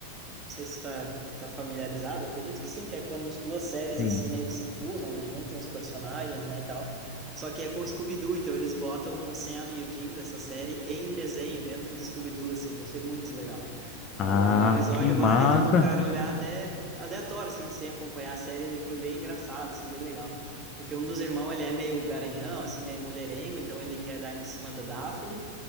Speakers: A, on the right; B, on the left.
A: sei se está tá tá familiarizado, acredito que sim, que é quando as duas séries
B: Sim.
A: assim meio que se cruzam, eles juntam os personagens, né, e tal. Só que é com o Scooby-Doo, então eles botam o Sam e o Jim dessa série em desenho, dentro do Scooby-Doo, assim, achei muito legal. É
B: Ah,
A: um é um episódio
B: que massa!
A: válido do cara olhar até aleatório, assim, sem acompanhar a série, ele foi bem engraçado, assim, bem legal. Porque um dos irmãos, ele é meio garanhão, assim, meio mulherengo, então ele quer dar em cima da Daphne,